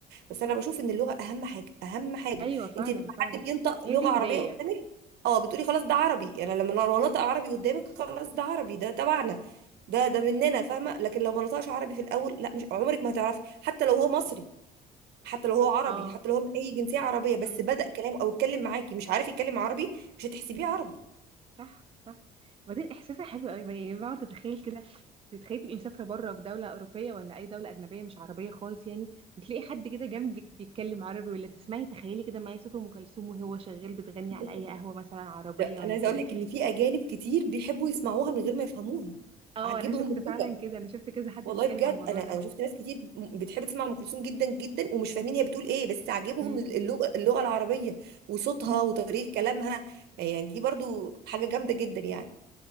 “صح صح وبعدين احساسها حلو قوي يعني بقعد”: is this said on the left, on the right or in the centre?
Right